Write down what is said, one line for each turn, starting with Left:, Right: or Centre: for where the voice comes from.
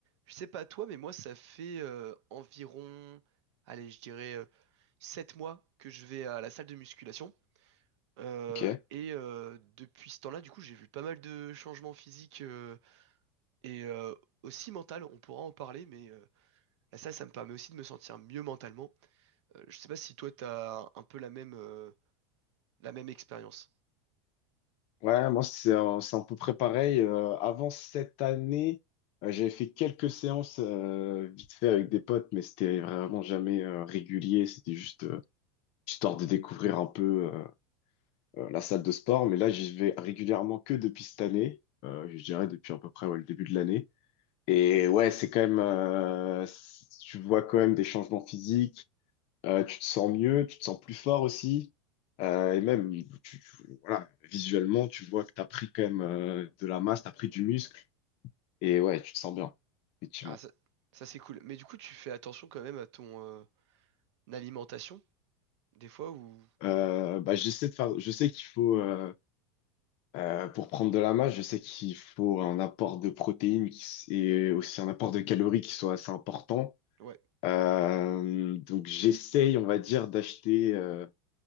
Right: Je sais pas toi, mais moi, ça fait euh, environ, allez, je dirais euh, 7 mois que je vais à la salle de musculation. Euh,
Left: Ok.
Right: et euh, depuis ce temps-là, du coup, j'ai vu pas mal de changements physiques euh, et euh, aussi mental. On pourra en parler, mais euh, la salle, ça me permet aussi de me sentir mieux mentalement. Euh, je sais pas si toi, t'as un peu la même, euh, la même expérience.
Left: Ouais, moi, c'est un, c'est un peu près pareil. Euh, avant cette année, euh, j'avais fait quelques séances euh, vite fait avec des potes, mais c'était vraiment jamais euh, régulier. C'était juste euh, histoire de découvrir un peu euh, euh, la salle de sport. Mais là, j'y vais régulièrement que depuis cette année. Euh, je dirais depuis à peu près ouais, le début de l'année. Et ouais, c'est quand même, euh, c- tu vois quand même des changements physiques. Euh, tu te sens mieux, tu te sens plus fort aussi. Euh, et même, tu, tu- voilà, visuellement, tu vois que tu as pris quand même euh, de la masse, tu as pris du muscle. Et ouais, tu te sens bien, effectivement.
Right: Ah, ça, ça c'est cool. Mais du coup, tu fais attention quand même à ton euh, alimentation, des fois, ou...
Left: Euh, bah, j'essaie de faire, je sais qu'il faut, euh, euh, pour prendre de la masse, je sais qu'il faut un apport de protéines qui s- et aussi un apport de calories qui soit assez important.
Right: Ouais,
Left: Euh, donc, j'essaye, on va dire, d'acheter euh,